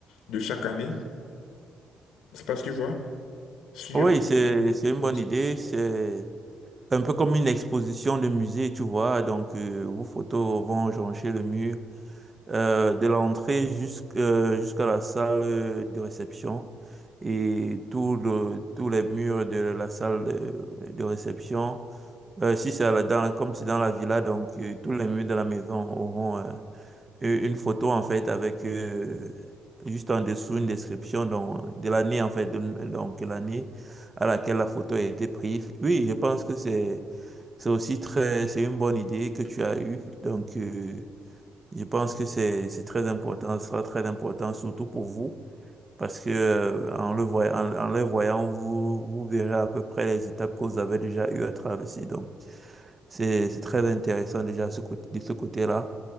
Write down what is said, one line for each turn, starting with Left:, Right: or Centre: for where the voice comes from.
Left: de chaque année. Je ne sais pas si tu vois. sur
Right: Oui,
Left: euh,
Right: c'est, c'est
Left: les croissants.
Right: une bonne idée. C'est un peu comme une exposition de musée, tu vois. Donc, euh, vos photos vont joncher le mur. euh, de l'entrée jusqu'- euh, jusqu'à la salle de réception. Et tout le, tous les murs de la salle de, de réception, euh, si c'est à la- dans, comme c'est dans la villa, donc euh, tous les murs de la maison auront euh, une photo en fait avec euh, juste en dessous une description donc, de l'année en fait, de- donc l'année à laquelle la photo a été prise. Oui, je pense que c'est c'est aussi très, c'est une bonne idée que tu as eue. Donc, euh, je pense que c'est c'est très important, ce sera très important, surtout pour vous, parce que euh, en le voy- en, en les voyant, vous, vous verrez à peu près les étapes que vous avez déjà eu à traverser. Donc, c'est c'est très intéressant déjà ce côté, de ce côté-là.